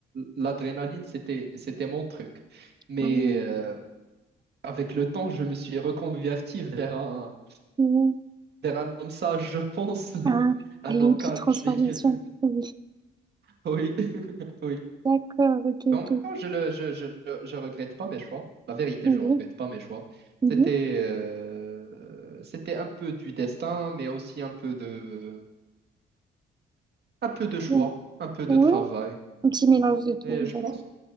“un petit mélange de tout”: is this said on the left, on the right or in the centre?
Right